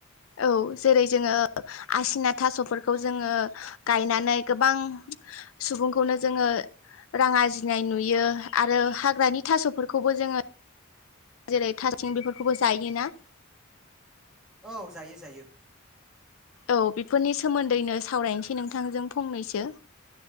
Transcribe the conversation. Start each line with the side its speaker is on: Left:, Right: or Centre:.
Left: औ जेरै जोङो आसिना थास'फोरखौ जोङो गायनानै गोबां सुबुंखौनो जोङो रां आरजिनाय नुयो आरो हाग्रानि थास'फोरखौबो जोङो जेरै थास' आइथिं बेफोरखौबो जायोना।
Centre: औ जायो जायो।
Left: औ बेफोरनि सोमोन्दैनो सावरायनोसै नोंथांजों फंनैसो।